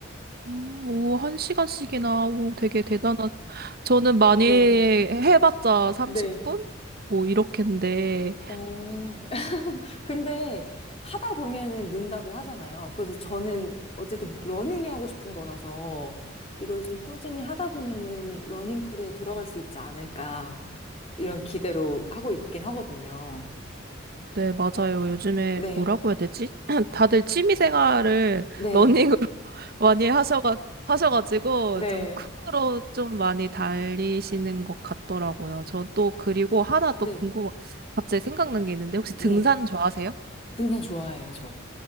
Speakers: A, on the right; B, on the left.
A: 음, 오, 한 시간씩이나, 오, 되게 대단한. 저는 많이
B: 네,
A: 해봤자 30분?
B: 네.
A: 뭐, 이렇게인데,
B: 어, 근데 하다 보면은 는다고 하잖아요. 그래서 저는 어쨌든 러닝이 하고 싶은 거라서 이걸 좀 꾸준히 하다 보면은 러닝크루에 들어갈 수 있지 않을까 이런 기대로 하고 있긴 하거든요.
A: 네, 맞아요. 요즘에
B: 네,
A: 뭐라고 해야 되지? <clears throat> 다들 취미 생활을
B: 네,
A: 러닝으로 <laughs> 많이 하셔가, 하셔가지고
B: 네,
A: 좀 크루로 좀 많이 달리시는 것 같더라고요. 전 또 그리고 하나 또
B: 네,
A: 궁금, 갑자기 생각난 게 있는데 혹시 등산
B: 네.
A: 좋아하세요?
B: 등산 좋아해요, 저.